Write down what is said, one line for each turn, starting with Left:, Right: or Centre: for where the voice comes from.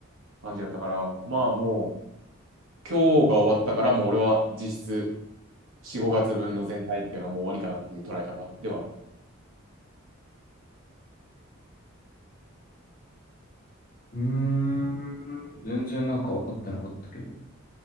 Right: 感じだったから、まあもう、今日が終わったから、もう俺は実質4、5月分の全体っていうのはもう終わりかなっていう捉え方ではある。
Left: うーん、全然なんか分かってなかったけど。